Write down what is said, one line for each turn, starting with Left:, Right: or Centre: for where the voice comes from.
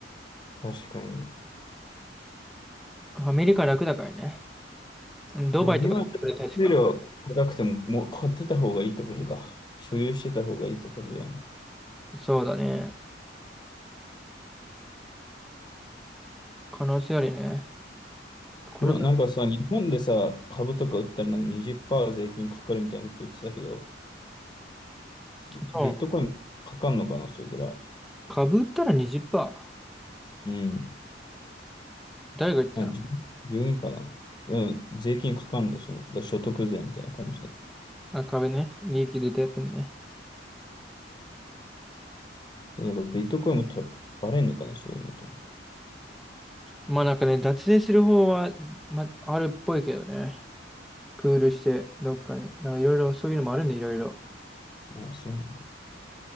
Left: あ確かに。
Centre: アメリカ楽だからね。ドバイとか、
Left: まあ、今、
Centre: 確か。
Left: 手料高くても、もう買ってた方がいいってことか。所有してた方がいいってことだよね。
Centre: そうだね。可能性あるね。これが、
Left: でもなんかさ、日本でさ、株とか売ったらなんか20%税金かかるみたいなこと言ってたけど、すビットコインかかんのかな、
Centre: そう。
Left: それぐらい。
Centre: 株売ったら20%。
Left: うん。
Centre: 誰が言ってた
Left: あ、10 12かな。いや、税金かかんで、その、だ所得税みたいな感じで。
Centre: あ、株ね。利益出たやつね。
Left: なんかビットコインもとバレんのかな、そういうのと思って。
Centre: まあなんかね、脱税する方は、まあ、あるっぽいけどね。プールして、どっかに。なんかいろいろ、そういうのもあるんで、いろいろ。
Left: あ、そうなんだ。